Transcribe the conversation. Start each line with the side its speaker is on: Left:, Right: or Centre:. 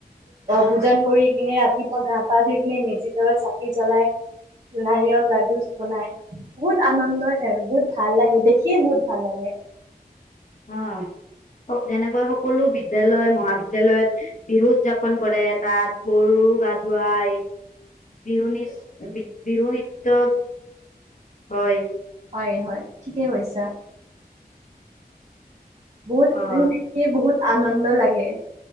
Right: ভোজন কৰি কিনে ৰাতিপুৱা গা, পা ধুই কিনে মেজি তলত চাকি, জ্বলাই নাৰিকল, লাডু, বনাই বহুত আনন্দই আৰু বহুত ভাল লাগে দেখিয়ে বহুত ভাল লাগে
Left: আহ যেনেকৈ সকলো বিদ্যালয় মহাবিদ্যালয়ত, বিহু, উদযাপন কৰে তাত গৰু, গা ধুৱাই বিহু বিহু, নৃত্য হয়।
Right: হয় হয় ঠিকে কৈছা বহুত
Left: অ
Right: মানে দেখি বহুত আনন্দ লাগে